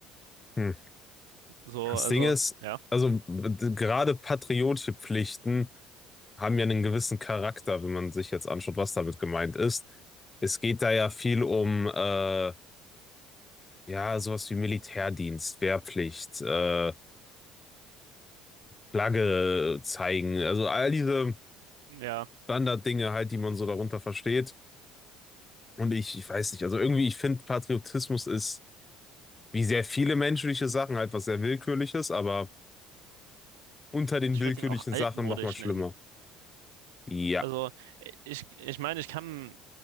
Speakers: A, on the left; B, on the right.
A: Hm.
B: So,
A: Das
B: also,
A: Ding ist,
B: ja.
A: also d- gerade patriotische Pflichten haben ja einen gewissen Charakter, wenn man sich jetzt anschaut, was damit gemeint ist. Es geht da ja viel um äh, Ja, sowas wie Militärdienst, Wehrpflicht, äh, Flagge äh, zeigen, also all diese
B: Ja.
A: Standarddinge halt, die man so darunter versteht. Und ich, ich weiß nicht, also irgendwie, ich finde, Patriotismus ist wie sehr viele menschliche Sachen halt was sehr Willkürliches, aber unter den
B: Ich
A: willkürlichen
B: würde ihn auch altmodisch
A: Sachen nochmal schlimmer.
B: nennen.
A: Ja,
B: Also, äh, ich, ich meine, ich kann,